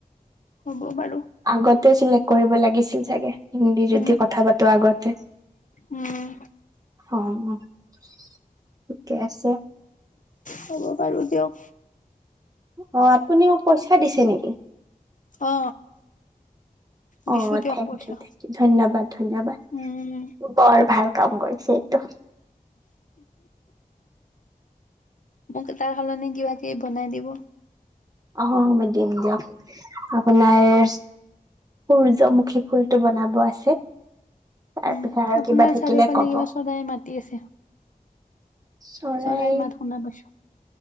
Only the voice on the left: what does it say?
হ'ব বাৰু
উম
উম
হ'ব বাৰো দিয়ক।
অ
দিছো দিয়ক
পইচা
উম
মোক তাৰ সলনি কিবা কিবি বনাই দিব।
উম
আপোনাৰ
চাৰিওফালে
কিবা চৰাই মাতি আছে।
চৰাই মাত শুনা পাইছো।